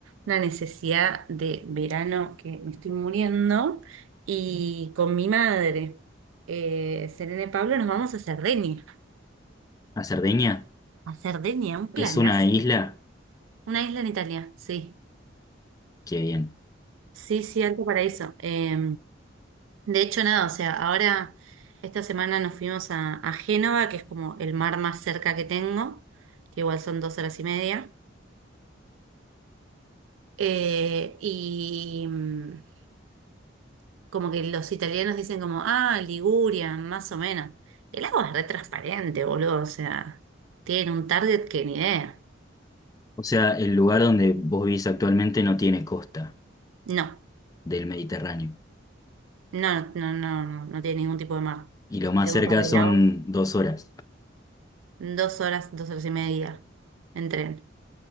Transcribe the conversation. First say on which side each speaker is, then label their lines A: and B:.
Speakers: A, on the right (about 80°); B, on the left (about 20°).
A: Una necesidad de verano que me estoy muriendo. Y con mi madre, eh, Selene Pablo, nos vamos a Cerdeña.
B: A Cerdeña
A: A Cerdeña, un planazo.
B: es una isla
A: Una isla en Italia, sí.
B: que bien.
A: Sí, sí, alto paraíso. Eh, De hecho, nada, o sea, ahora esta semana nos fuimos a, a Génova, que es como el mar más cerca que tengo, que igual son dos horas y media. Eh, y mm, como que los italianos dicen como, ah, Liguria, más o menos. El agua es re transparente, boludo, o sea, tienen un target que ni idea.
B: O sea, el lugar donde vos vivís actualmente no tiene costa
A: No,
B: del Mediterráneo.
A: no, no, no, no, no tiene ningún tipo de mar.
B: Y lo más
A: Tengo
B: cerca
A: un par de
B: son
A: lagos,
B: dos horas.
A: dos horas, dos horas y media en tren.